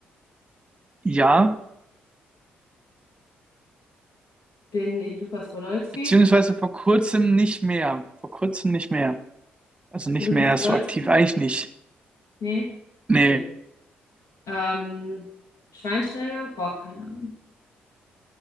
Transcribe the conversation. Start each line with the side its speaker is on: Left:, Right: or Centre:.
Right: Ja,
Left: Bin ich Lukas Podolski?
Right: beziehungsweise vor kurzem nicht mehr. Vor kurzem nicht mehr. Also nicht
Left: Lukas
Right: mehr
Left: Podolski?
Right: so aktiv, eigentlich nicht.
Left: Nee?
Right: Nee,
Left: Okay. Ähm, Schweinsteiger? Boah, keine Ahnung.